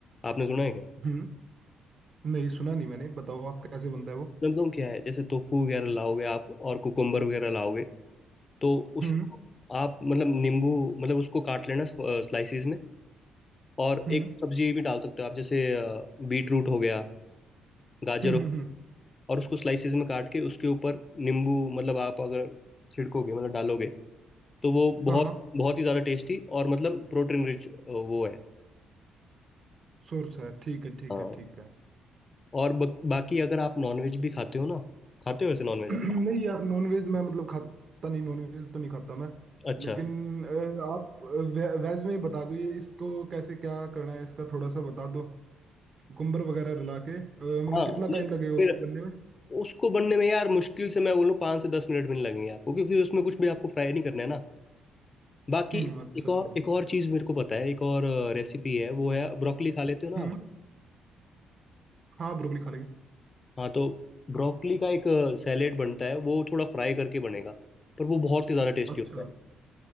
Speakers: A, on the left (about 30°); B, on the right (about 50°).
A: आपने सुना है क्या
B: हम्म नहीं सुना नहीं मैंने बताओ आप कैसे बनता है वो
A: मतलब तुम क्या है जैसे टोफू वगैरह लाओगे आप और कुकुम्बर वगैरह लाओगे तो
B: हम्म
A: उसको आप मतलब नींबू मतलब उसको काट लेना स्लाइसिस में और
B: हम्म
A: एक सब्जी भी डाल सकते हो आप जैसे बीट रूट हो गया गाजर
B: हम्म
A: हो गया,
B: हम्म हम्म,
A: और उसको स्लाइसिस में काट के उसके ऊपर नींबू मतलब आप अगर छिड़कोगे मतलब डालोगे तो वो
B: हाँ
A: बहुत बहुत ही ज़्यादा टेस्टी और मतलब प्रोटीन रिच वो है
B: सोर्स है ठीक है ठीक
A: हाँ
B: है ठीक है
A: और बक- बाकी अगर आप नॉनवेज भी खाते हो ना खाते हो वैसे नॉनवेज
B: <clears throat> नहीं
A: आप
B: यार नॉनवेज मैं मतलब खाता नहीं नॉनवेज तो नहीं खाता मैं
A: अच्छा
B: लेकिन अ, आप वे, वेज में ही बता दो ये इसको कैसे क्या करना है इसका थोड़ा सा बता दो कुकुम्बर वगैरह रला के अ, मतलब
A: हाँ
B: कितना
A: नहीं
B: टाइम लगेगा
A: फिर
B: उसको बनने में
A: उसको बनने में यार मुश्किल से मैं बोलूँ पाँच से दस मिनट भी नहीं लगेंगे आपको क्योंकि उसमें कुछ भी आपको फ्राई नहीं करना है ना बाकी
B: हम्म अच्छा
A: एक और
B: अच्छा
A: एक और चीज़ मेरे को पता है एक और रेसिपी है वो है ब्रोकली
B: अच्छा।
A: खा लेते हो ना
B: हम्म
A: आप
B: हाँ ब्रोकली खा लेंगे
A: हाँ तो ब्रोकली का एक सैलेड बनता है वो थोड़ा फ्राई करके बनेगा पर वो बहुत ही ज़्यादा टेस्टी
B: अच्छा
A: होता है